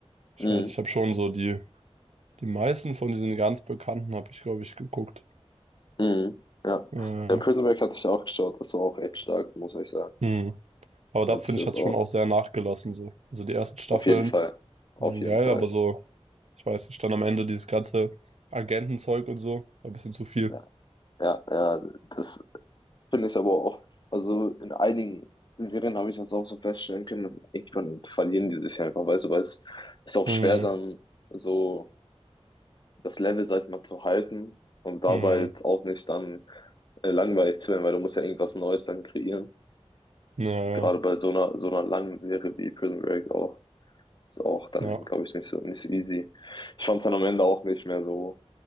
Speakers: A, on the right; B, on the left.
A: ich
B: Mhm.
A: weiß, ich habe schon so die, die meisten von diesen ganz Bekannten habe ich, glaube ich, geguckt.
B: Mhm. Ja.
A: Ja, ja.
B: Der
A: ja.
B: Prison Break hatte ich auch geschaut. Das war auch echt stark, muss ich sagen.
A: hm. Aber
B: Da
A: da
B: hatte
A: finde
B: ich das
A: ich, hat
B: auch.
A: es schon auch sehr nachgelassen, so. Also, die ersten Staffeln
B: Auf jeden Fall. Auf
A: waren
B: jeden
A: geil,
B: Fall.
A: aber so, ich weiß nicht, dann am Ende dieses ganze Agentenzeug und so, war ein bisschen zu viel.
B: Ja, ja, ja. Das finde ich aber auch. Also in einigen Serien habe ich das auch so feststellen können. Irgendwann verlieren die sich einfach, weißt du, weil es ist auch
A: Hm,
B: schwer, dann so das Level, sag ich mal, zu halten und dabei
A: hm,
B: jetzt auch nicht dann äh, langweilig zu werden, weil du musst ja irgendwas Neues dann kreieren.
A: naja,
B: gerade bei so einer, so einer langen Serie wie Prison Break auch, ist auch dann,
A: ja, ja,
B: glaube ich, nicht so, nicht so easy. Ich fand es dann am Ende auch nicht mehr so,